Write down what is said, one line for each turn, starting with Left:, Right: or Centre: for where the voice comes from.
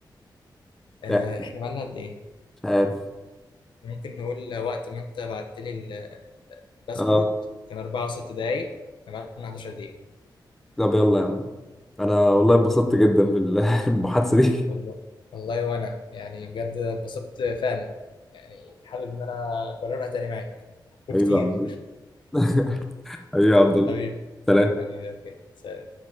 Left: آه،
Centre: يعني
Left: احنا بقالنا قد ايه
Centre: مش عارف
Left: ممكن نقول وقت ما انت بعت لي ال- ال- البسكوت
Centre: اه
Left: كان 4 و6 دقايق كان معانا 11 دقيقة
Centre: طب يلا يا عم انا والله اتبسطت جدا بالمحادثة <laughs> دي
Left: والله والله وانا يعني بجد اتبسطت فعلا يعني حابب ان انا اكررها تاني معاك وكتير
Centre: حبيبي يا عبد الله <laughs> حبيبي يا عبد
Left: <laughs>
Centre: الله
Left: حبيبي
Centre: سلام
Left: حبيبي بجد